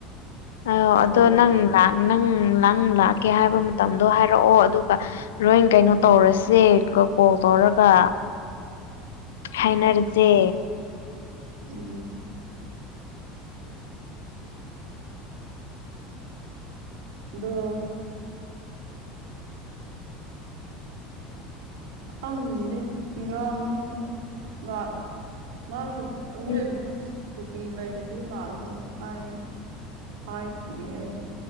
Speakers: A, on the left; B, on the right.
A: ꯑ
B: ꯅꯠꯇ꯭ꯔꯗꯤ
A: ꯑꯗꯣ ꯅꯪ ꯅꯪ ꯅꯪ ꯂꯥꯛꯀꯦ ꯍꯥꯏꯕ ꯃꯇꯝꯗꯣ ꯍꯥꯏꯔꯛꯑꯣ ꯑꯗꯨꯒ ꯂꯣꯏ ꯀꯩꯅꯣ ꯇꯧꯔꯁꯦ ꯀꯣꯜ ꯇꯧꯔꯒ
B: ꯎꯝ
A: ꯍꯥꯏꯅꯔꯁꯦ
B: ꯎꯝ ꯑꯗꯣ ꯈꯪꯗꯦꯅꯦ ꯏꯔꯥꯡꯁꯤꯗ ꯂꯥꯛ ꯃꯥꯁꯨ ꯅꯣꯏ
A: ꯎꯝ
B: ꯑꯕꯨꯡꯁ ꯁꯨꯇꯤ ꯂꯩꯔꯗꯤ ꯂꯥꯛꯀꯦ ꯍꯥꯏ ꯍꯥꯏꯈꯤꯒꯦ ꯑꯩꯁꯨ